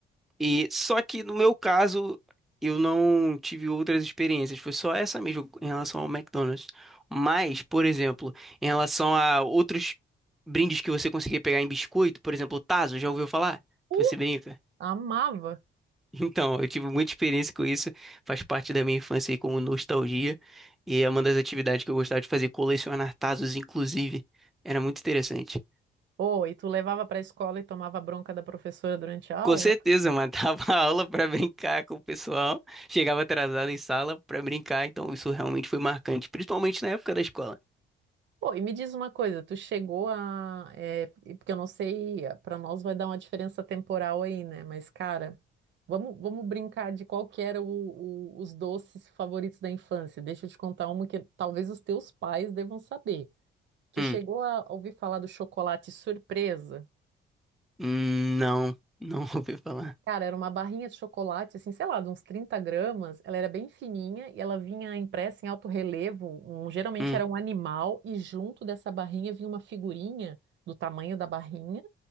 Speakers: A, in the centre; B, on the right.
A: E só que no meu caso, eu não tive outras experiências, foi só essa mesmo em relação ao McDonald's. Mas, por exemplo, em relação a outros brindes que você conseguia pegar em biscoito, por exemplo, o Tazo, já ouviu falar? Que
B: Uh,
A: você brinca? <laughs>
B: amava.
A: Então, eu tive muita experiência com isso, faz parte da minha infância aí como nostalgia, e é uma das atividades que eu gostava de fazer, colecionar Tazos, inclusive. Era muito interessante.
B: Oh, e tu levava para a escola e tomava bronca da professora durante a aula?
A: Com certeza, matava a aula para brincar com o pessoal. Chegava atrasado em sala para brincar, então isso realmente foi marcante, principalmente na época da escola.
B: Pô, e me diz uma coisa, tu chegou a. é, e porque eu não sei, pra nós vai dar uma diferença temporal aí, né? Mas, cara, vamos, vamos brincar de qual que era o- o- os doces favoritos da infância. Deixa eu te contar uma que talvez os teus pais devam saber. Tu
A: Hum,
B: chegou a ouvir falar do chocolate surpresa?
A: hum, não, não <laughs> ouvi falar.
B: Cara, era uma barrinha de chocolate, assim, sei lá, de uns 30 gramas. Ela era bem fininha e ela vinha impressa em alto relevo. um- geralmente
A: Hum,
B: era um animal e junto dessa barrinha vinha uma figurinha do tamanho da barrinha,